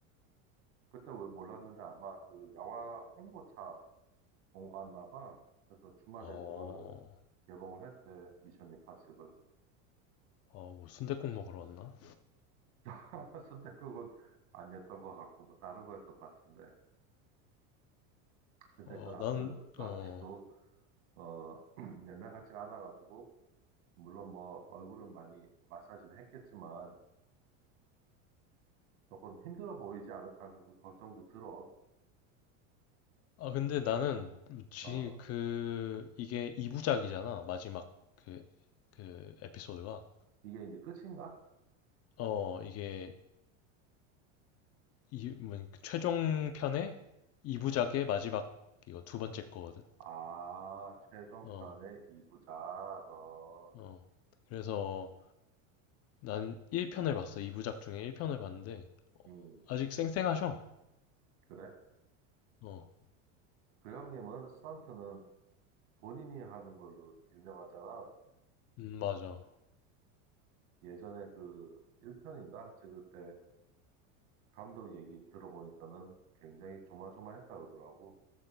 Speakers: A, on the right; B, on the left.
A: 그때 왜 몰랐는데 아마 그 영화 홍보차 온 왔나 봐. 그래서 주말에
B: 어,
A: 그거를 개봉을 했대. 미션 임파서블.
B: 어, 뭐 순댓국 먹으러 왔나?
A: <laughs> 순댓국은 아니었던 것 같고 뭐 다른 거였던 것 같은데. 근데
B: 어,
A: 그, 아-
B: 나는
A: 그, 그
B: 어,
A: 아저씨도 어 <clears throat> 옛날 같지 않아가지고 물론 뭐 얼굴은 많이 마사지는 했겠지만 조금 힘들어 보이지 않을까 하는 그 걱정도 들어.
B: 아 근데 나는 지
A: 어
B: 그 이게 2부작이잖아 마지막 그 그 에피소드가
A: 이게 이제 끝인가?
B: 어 이게 이 뭐 최종 편의 2부작의 마지막 이거 두 번째 거거든.
A: 아 최종편의
B: 어.
A: 이부작 어.
B: 어. 그래서 난 1편을 봤어. 2부작 중에 1편을 봤는데
A: 음,
B: 아직 쌩쌩하셔.
A: 그래?
B: 어.
A: 그 형님은 스턴트는 본인이 하는 걸로 유명하잖아.
B: 음, 맞아.
A: 예전에 그 1편인가 찍을 때 감독 얘기 들어보니까는 굉장히 조마조마했다 그러더라고.